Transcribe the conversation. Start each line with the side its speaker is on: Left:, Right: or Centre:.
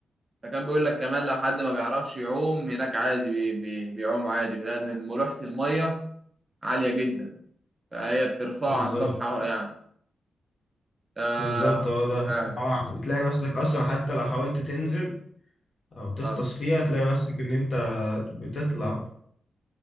Right: فكان بيقول لك كمان لو حد ما بيعرفش يعوم هناك عادي بي بي بيعوم عادي لان ملوحة المية عالية جدا فهي بترفعه
Left: بالظبط
Right: عن سطحها يعني آه
Left: بالظبط هو ده
Right: فعلا
Left: هو بتلاقي نفسك أصلا حتى لو حاولت تنزل أو تغطس
Right: اه
Left: فيها تلاقي نفسك إن أنت بتطلع